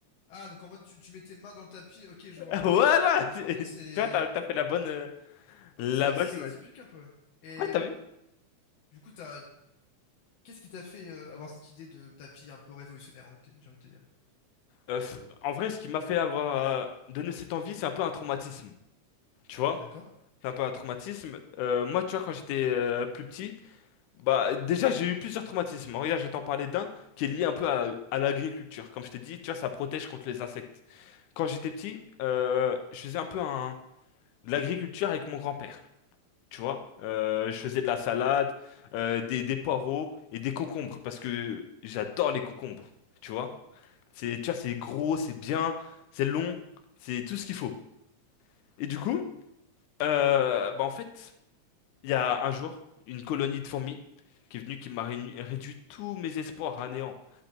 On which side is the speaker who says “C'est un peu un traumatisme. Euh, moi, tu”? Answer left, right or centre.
Left